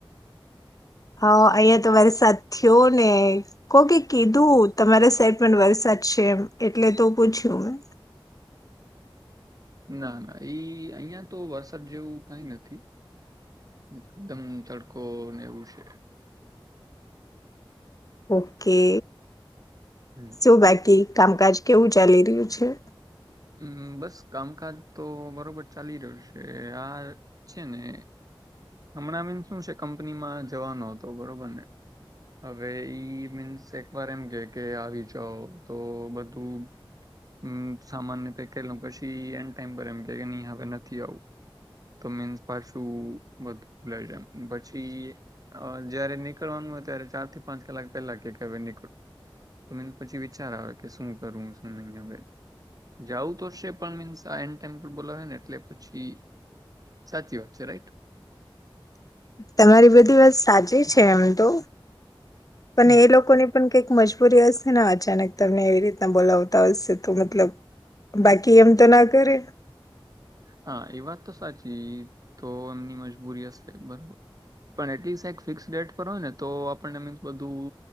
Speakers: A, on the left (about 40°); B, on the right (about 40°).
A: હા અહિયાં તો વરસાદ થયો ને કોકે કીધું તમારા સાઈડ પણ વરસાદ છે એમ એટલે તો પૂછ્યું મેં.
B: ના ના એઈ અહં તો વરસાદ જેવું કઈ નથી એકદમ તડકો ને એવું છે.
A: ઓકે.
B: હમ
A: શું બાકી? કામકાજ કેવું ચાલી રહ્યું છે?
B: હમ્મ બસ કામકાજ તો બરોબર ચાલી રહ્યું છે આ છે ને. હમણાં આ મીન્સ શું છે કંપનીમાં જવાનો હતો બરોબર ને હવે ઈ મીન્સ એક વાર એમ કે કે આવી જાઓ તો બધું સામાનને પેક કરીલ પછી એ ટાઈમ પર એમ કે નહી હવે નથી આવું તો મીન્સ પાછું બધુંલામ પછી જયારે નીકળવાનું હોય ત્યારે ચાર થી પાંચ કલાક પહેલા કે હવે નીકળો‌ એમ પછી વિચાર આવે કે શું કરવું શું નહી હ જવું તો હશે પણ મીન્સ આ એન્ડ ટાઈમ પર બોલાવેને એટલે પછી સાચી વાત છે રાઈટ.
A: તમારી બધી વાત સાચી છે એમ તો પણ
B: હમ
A: એ લોકોને પણ કઈક મજબૂરી હશે ને અચાનક તમને એવી રીતના બોલાવતા હશે તો મતલબ બાકી એમ તો ના કરે.
B: હા એ વાત તો સાચી તો એમની મજબૂરી હશે બરોબર પણ એટલીસ્ટ એક ફિક્સ ડેટ પર હોય ને તો આપણને એ બધું